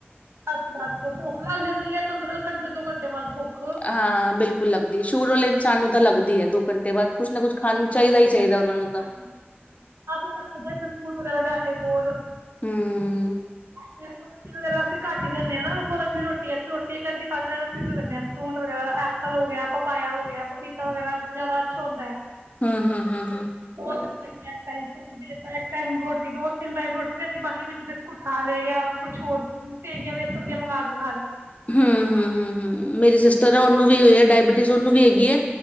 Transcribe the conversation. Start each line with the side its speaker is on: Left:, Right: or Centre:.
Right: ਬੱਸ ਬੱਸ ਭੁੱਖ ਲੱਗ ਜਾਂਦੀ ਹੈ ਪੰੰਦਰ ਘੰਟੇ ਦੋ ਘੰਟੇ ਬਾਅਦ ਭੁੱਖ
Left: ਹਾਂ ਬਿਲਕੁਲ ਲੱਗਦੀ ਸ਼ੂਰਲੇ ਇਨਸਾਨ ਨੂੰ ਲੱਗਦੀ ਹੈ ਦੋ ਘੰਟੇ ਬਾਅਦ ਕੁਛ ਨਾ ਕੁਛ ਖਾਣ ਚਾਹੀਦਾ ਹੀ ਚਾਹੀਦਾ ਉਹਨਾਂ ਨੂੰ ਤਾਂ
Right: ਹਾਂਜੀ ਹਾਂਜੀ ਆਪ ਰੱਖੇਦੇ ਬਿਸਕੁਟ ਵਗੈਰਾ ਲਿਆ ਕੇ ਬਲ
Left: ਹਮ
Right: ਤੇ ਰੋਟੀ ਵਗੈਰਾ ਅਸੀਂ ਘੱਟ ਹੀ ਦਿੰਦੇ ਹਾਂ ਨਾੋ ਅਲੱਗ ਦੀ ਰੋਟੀ ਅਸੀਂ ਰੋਟੀ ਇੱਕ ਅੱਧੀ ਕੱਢ ਅ ਸਧ ਦਿੰਦੇਾਂ ਫੂਟ ਵਗੈਰਾ ਐਪਲ ਹੋ ਗਿਆ ਪਪਾਇਆ ਹੋ ਗਿਆ ਪਪੀਤਾ ਵਗੈਰਾ ਜ਼ਿਆਦਾ ਅੱਛਾ ਹੁੰਦਾ ਹੈ
Left: ਹਮ ਹਮ ਹਮ
Right: ਉਹ ਟਮ ਸੂਤਾ ਇੱਕ ਟਮ ਰੋਟੀ ਦੋ ਤਿੰਨ ਟਮ ਰੋਟੀ ਦੇਤੀ ਬਾਕੀ ਵਿੱਚ ਬਿਸਕੁਟ ਖਾ ਲ ਜਾਂ ਕੁਛ ਹੋਰ ਸੇਵੀਆਂ ਵੇਸਣ ਦੀਆਂ ਮੰਗਵਾ ਦੇ
Left: ਹਮ ਹਮ ਹਮ ਹਮ ਮੇਰੀ ਸਿਸਟਰ
Right: ਉਹ ਦਿੰਦੇ
Left: ਹੈ ਉਹਨੂੰ
Right: ਆ
Left: ਵੀ ਹੋ ਡਾਇਬਟੀਜ਼ ਉਹਨੂੰ ਵੀ ਹੈਗੀ ਹੈ